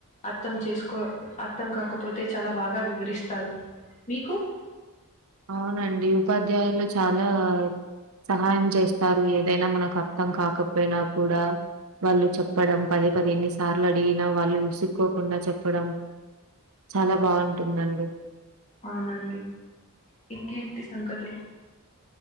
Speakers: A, on the left; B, on the right.
A: అర్థం చేసుకో అర్థం కాకపోతే చాలా బాగా వివరిస్తారు మీకు
B: అవునండి ఉపాధ్యాయులు చాలా సహాయం చేస్తారు ఏదైనా మనకు అర్థం కాకపోయినా కూడా వాళ్ళు చెప్పడం పదే పదే ఎన్ని సార్లు అడిగినా వాళ్ళు విసుక్కోకుండా చెప్పడం చాలా బాగుంటుందండి
A: అవునండి ఇంకేంటి సంగతులు